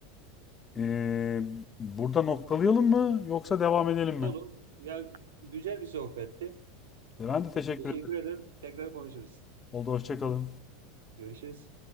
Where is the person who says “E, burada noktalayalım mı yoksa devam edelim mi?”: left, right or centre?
Left